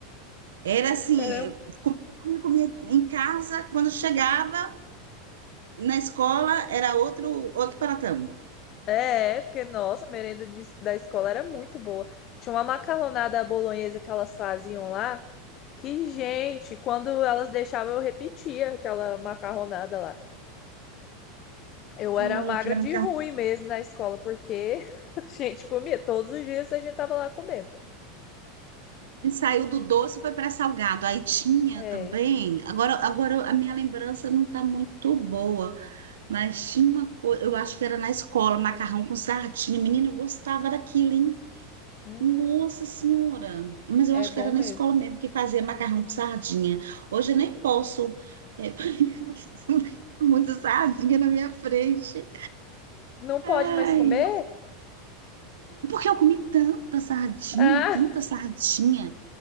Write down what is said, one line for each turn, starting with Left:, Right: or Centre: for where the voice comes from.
Right: Era assim,
Left: Era
Right: eu comia, comia em casa, quando chegava na escola, era outro outro pratão.
Left: é, é, porque, nossa, a merenda de- da escola era muito boa. Tinha uma macarronada à bolonhesa que elas faziam lá, Que gente, quando elas deixavam, eu repetia aquela macarronada lá. Eu
Right: Ai,
Left: era magra
Right: aquilo
Left: de
Right: me
Left: ruim mesmo na escola, porque <laughs> a gente comia. Todos os dias a gente tava lá comendo.
Right: E saiu do doce foi para salgado. Aí tinha
Left: É.
Right: também. Agora, agora a minha lembrança não está muito boa, mas tinha uma coisa. Eu acho que era na escola, macarrão com sardinha. Menina, eu gostava daquilo, hein?
Left: Hum,
Right: Nossa Senhora! Mas eu
Left: é
Right: acho
Left: bom
Right: que era
Left: mesmo.
Right: na escola mesmo que fazia macarrão com sardinha. Hoje eu nem posso. É, <laughs> muita sardinha na minha frente.
Left: Não
Right: Ai,
Left: pode mais comer?
Right: porque eu comi tanta sardinha,
Left: Ah,
Right: tanta sardinha.